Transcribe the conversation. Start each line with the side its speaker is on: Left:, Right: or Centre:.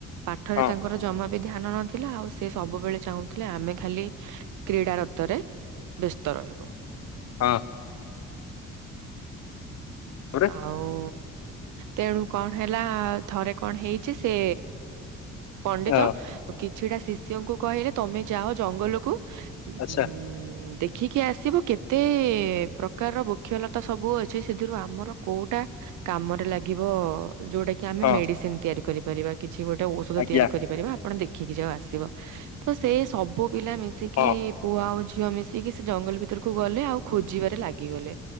Right: ପାଠରେ
Left: ହଁ
Right: ତାଙ୍କର ଜମା ଧ୍ୟାନ ନଥିଲା ଆଉ ସେ ସବୁବେଳେ ଚାହୁଁଥିଲେ ଆମେ ଖାଲି କ୍ରୀଡା ରତରେ ବ୍ୟସ୍ତ ରହିବୁ।
Left: ହଁ। ତାପରେ
Right: ଆଉ ତେଣୁ କଣ ହେଲା ଥରେ କଣ ହେଇଛି ସେ ପଣ୍ଡିତ
Left: ହଁ
Right: କିଛିଟା ଶିଷ୍ୟଙ୍କୁ କହିଲେ ତମେ ଯାଅ ଜଙ୍ଗଲକୁ ଉଁ ଦେ
Left: ଆଚ୍ଛା
Right: ଦେଖିକି ଆସିବ କେତେ ପ୍ରକାରର ବୃକ୍ଷଲତା ସବୁ ଅଛି ସେଥିରୁ ଆମର କୋଉଟା କାମରେ ଲାଗିବ ଯୋଉଟା କି ଆମେ
Left: ହଁ
Right: ମେଡିସିନ ତିଆରି କରିପାରିବା କିଛି ଗୋଟେ ଔଷଧ
Left: ଆଜ୍ଞା
Right: ତିଆରି କରିପାରିବା। ଆପଣ ଦେଖିକି ଯାଓ ଆସିବ। ତ ସେଇ ସବୁ ପିଲା ମିଶିକି
Left: ହଁ
Right: ପୁଅ ଆଉ ଝି ଝିଅ ମିଶିକି ସେ ଜଙ୍ଗଲ ଭିତରକୁ ଗଲେ ଆଉ ଖୋଜିବାରେ ଲାଗିଗଲେ।